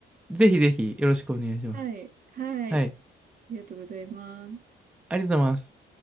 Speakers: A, in the centre; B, on the right.
A: ぜひぜひ、よろしくお願いします。
B: はい。はい。
A: はい。
B: ありがとうございます。
A: ありがとうございます。